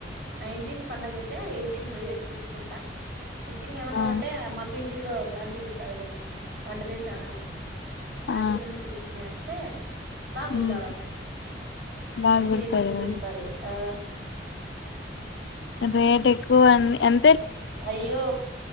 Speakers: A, on the right; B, on the left.
A: నైన్టీన్ పండగైతే ఐతే ఎయిటీన్ పోయేసి తెచ్చుకుంట స్టిచ్చింగ్ ఏమన్నా
B: ఆ
A: ఉంటే మా పీజీ ట్లో ఆంటి కుడ్తాదిలె వంట జెసే అంటీ ఆంటీతోనే
B: ఆ
A: కుట్టించుకునే టే బా కుడ్తదామే
B: ఉమ్ బాగా
A: ఆమె గని
B: గుర్తు
A: అ రేట్ ఎక్కువ
B: అడిగావు.
A: చెప్తది ఆ
B: రేట్ ఎక్ కు అన్ ఎం
A: అయ్యో,